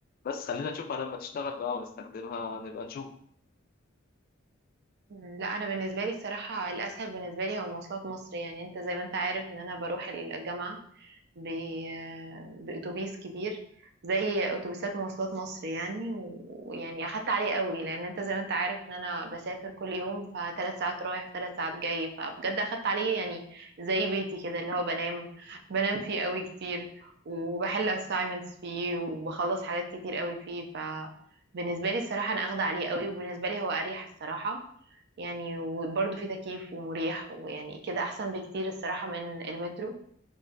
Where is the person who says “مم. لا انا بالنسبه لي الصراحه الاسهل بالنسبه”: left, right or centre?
Right